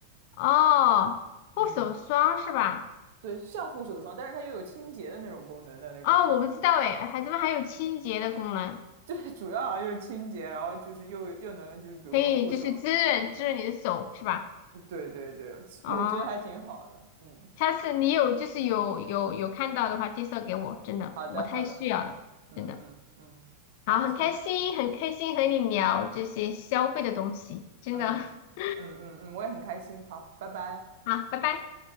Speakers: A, on the left; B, on the right.
A: 哦，
B: 嗯，
A: 护手霜是吧？
B: 对，像护手霜，但是它又有清洁的那种功能的那种。
A: 哦，我不知道哎，还怎么还有清洁的功能？
B: <laughs> 对，主要好像就是清洁，然后就是又又能就是比如说护手。
A: 可以就是滋润滋润你的手是吧？
B: 对对对，<laughs>
A: 哦，
B: 我觉得还挺好的。嗯，
A: 下次你有就是有有有看到的话，介绍给我，真的我太需要了，
B: 好的好的，嗯嗯嗯，
A: 真的。好，
B: 好，
A: 很开心，
B: 行，
A: 很开心和你聊这些消费的东西，真的。
B: 嗯嗯嗯嗯，
A: <laughs>
B: 我也很开心。好，拜拜。
A: 好，拜拜。